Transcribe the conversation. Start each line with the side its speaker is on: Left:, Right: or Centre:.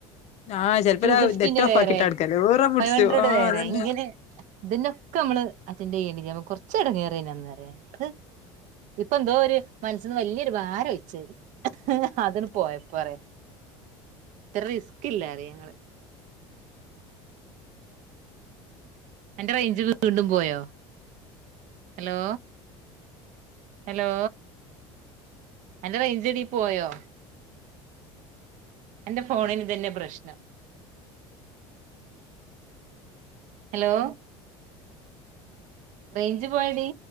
Left: ആഹ് ചെലപ്പോ
Right: ടു ഫിഫ്റ്റീന്റെ
Left: നെറ്റ് ഓഫ്
Right: വേറെ
Left: ആക്കിട്ടാ എടുക്കല് ഈറം പിടിച്ചു
Right: ഫൈവ് ഹൻഡ്രെഡ്
Left: ആഹ്
Right: വേറെ
Left: അതന്നെ
Right: ഇങ്ങനെ ഇതിനൊക്കെ നമ്മള് <unintelligible> കുറച്ച് ഇടങ്ങേറായി അന്നേരം അത് ഇപ്പ എന്തോ ഒരു മനസിൽന്ന് വലിയൊരു ഭാരം ഒഴിച്ചരി അതിന് പോയപ്പോ പറയാ ഇത്ര റിസ്ക് ഇല്ലരുന്നു ഞങ്ങള് എന്റെ റേഞ്ച് വീണ്ടും പോയോ ഹലോ ഹലോ എന്റെ റേഞ്ച് എടി പോയോ എന്റെ ഫോണിന് തന്നെ പ്രശ്നം ഹലോ റേഞ്ച് പോയടി